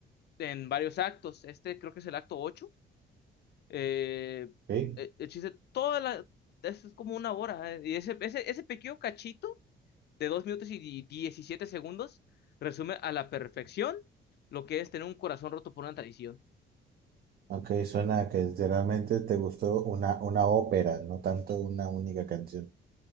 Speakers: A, on the left; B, on the right.
A: en varios actos. Este creo que es el acto ocho Eh,
B: Ok,
A: eh, el chiste, toda la, es es como una hora. eh, Y ese, ese, ese pequeño cachito de 2 minutos y 17 segundos resume a la perfección lo que es tener un corazón roto por una tradición.
B: ok, suena que literalmente te gustó una, una ópera, no tanto una única canción.